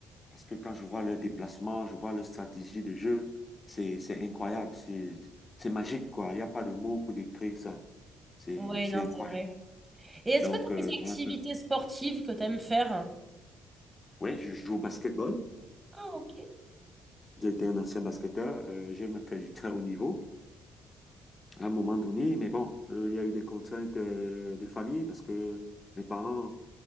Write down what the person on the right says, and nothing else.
Oui,
non,
c'est vrai. Et est-ce
que tu as
des activités
sportives que tu aimes faire?
Ah, ok.